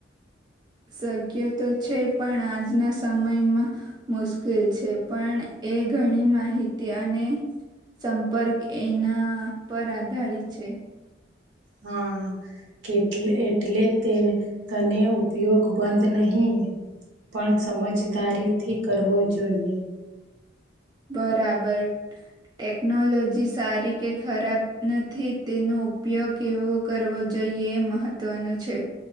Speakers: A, on the right; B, on the right.
A: શક્ય તો છે પણ આજના સમયમાં મુશ્કેલ છે પણ એ ઘણી માહિતી અને સંપર્ક એના પર આધારિત છે
B: હા કેટ એટલે તેને તને ઉપયોગ બંધ નહીિ પણ સમજદારીથી કરવો જોઈએ
A: બરાબર ટેકનોલોજી સારી કે ખરાબ નથી તેનો ઉપયોગ કેવો કરવો જોઈએ જોઈએ મહત્ત્વનું છે